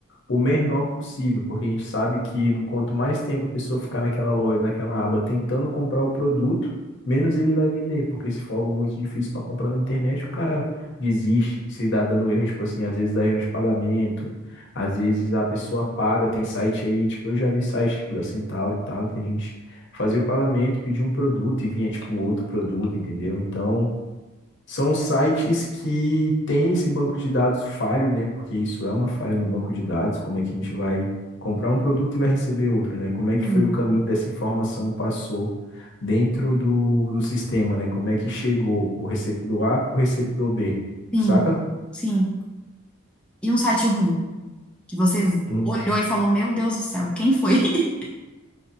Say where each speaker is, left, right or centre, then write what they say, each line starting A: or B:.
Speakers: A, on the left; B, in the centre.
A: o menor possível, porque a gente sabe que quanto mais tempo a pessoa ficar naquela loja, naquela aba, tentando comprar o produto, menos ele vai vender, porque se for algo muito difícil para comprar na internet, o cara desiste, se dá dando erro, tipo assim, às vezes dá erro de pagamento, às vezes a pessoa paga, tem site aí, tipo, eu já vi site, tipo, da Centauro e tal, que a gente fazia o pagamento, pedia um produto e vinha, tipo, outro produto, entendeu? Então, são sites que têm esse banco de dados falho, né? Porque isso é uma falha no banco de dados. Como é que a gente vai comprar um produto e vai receber outro, né? Como é
B: Sim,
A: que foi o caminho dessa informação passou dentro do, do sistema, né? Como é que chegou o receptor A para o receptor B,
B: sim,
A: saca?
B: sim. E um site ruim, que você
A: Hum.
B: olhou e falou, meu Deus do céu, quem foi? <laughs>